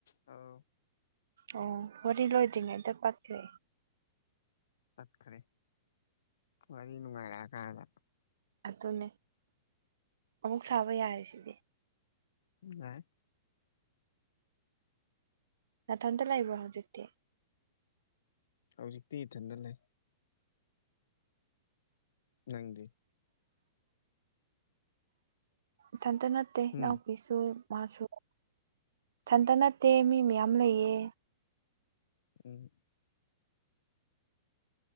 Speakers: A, on the left; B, on the right.
A: ꯑ
B: ꯑꯣ ꯋꯥꯔꯤ ꯂꯣꯏꯗ꯭ꯔꯤꯉꯩ ꯑꯝꯗ ꯇꯥꯛꯈ꯭ꯔꯦ
A: ꯇꯠ ꯈꯔꯦ ꯋꯥꯔꯤ ꯋꯥꯔꯤꯅꯅꯨꯡꯉꯥꯏꯔ ꯀꯗ
B: ꯑꯗꯨꯅꯦ ꯑꯃꯨꯛ ꯁꯥꯕ ꯌꯥꯔꯤꯁꯤꯗꯤ
A: ꯌꯥ
B: ꯉꯅꯥꯊꯟꯇ ꯂꯥꯛꯕ꯭ꯔ ꯍꯧꯖꯤꯛꯇꯤ
A: ꯍꯧꯖꯤꯛꯇꯤ ꯏꯊꯟꯗ ꯂꯩ ꯅꯪꯒꯤ
B: ꯊꯥꯟ ꯇꯅꯦ
A: ꯎꯝ
B: ꯄꯁꯨ ꯃꯥꯁꯨꯊꯟꯇ ꯅꯠꯇꯦ ꯃꯤ ꯃꯌꯥꯝ ꯂꯩꯌꯦ
A: ꯎꯝ